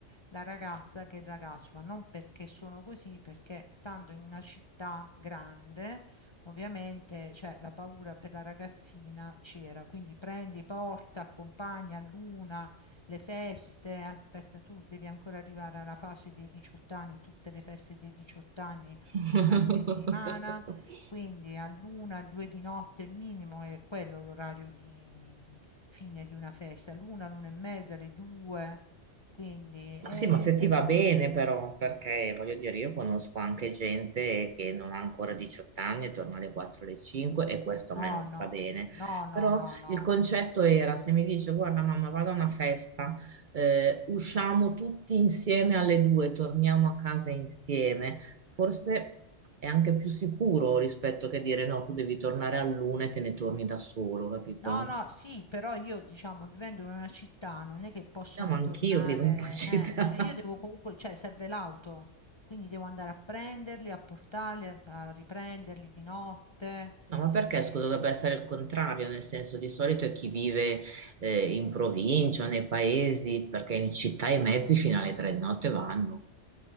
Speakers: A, on the left; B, on the right.
A: la ragazza che il ragazzo, ma non perché sono così, perché stando in una città grande, ovviamente, cioè, la paura per la ragazzina c'era, quindi prendi, porta, accompagna all'una, le feste, aspetta, tu devi ancora arrivare alla fase dei 18 anni, tutte le feste dei 18 anni,
B: <laughs>
A: una settimana. Quindi all'una, alle due di notte il minimo è quello l'orario di fine di una festa, l'una, l'una e mezza, le due. Quindi,
B: Ma
A: eh,
B: sì, ma se ti
A: perché...
B: va bene però, perché voglio dire, io conosco anche gente che non ha ancora 18 anni e torna alle 4 alle 5 e questo a
A: No,
B: me non sta
A: no,
B: bene.
A: no, no,
B: Però
A: no, no.
B: il concetto era, se mi dice, guarda mamma, vado a una festa, eh, usciamo tutti insieme alle 2, torniamo a casa insieme, forse è anche più sicuro rispetto che dire no, tu devi tornare all'una e te ne torni da solo, capito?
A: No, no, sì, però io, diciamo, vivendo in una città non è che possono
B: No, ma anch'io
A: tornare,
B: vivo in una <laughs> città.
A: eh, cioè io devo comunque, cioè serve l'auto, quindi devo andare a prenderli, a portarli, a, a riprenderli di notte.
B: No, ma perché,
A: e-
B: scusa, dovrebbe essere il contrario, nel senso di solito è chi vive eh, in provincia o nei paesi, perché in città i mezzi fino alle tre di notte vanno.